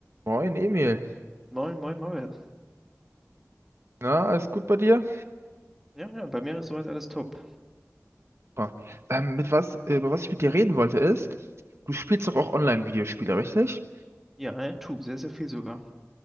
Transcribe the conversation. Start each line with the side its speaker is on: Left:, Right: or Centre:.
Right: Moin Emil,
Centre: Moin, moin, Maulwert.
Right: na, alles gut bei dir?
Centre: Ja, ja, bei mir ist soweit alles top.
Right: Super. Ähm, mit was, äh, über was ich mit dir reden wollte ist, du spielst doch auch Online-Videospiele, richtig?
Centre: Ja, äh, tu, sehr, sehr viel sogar.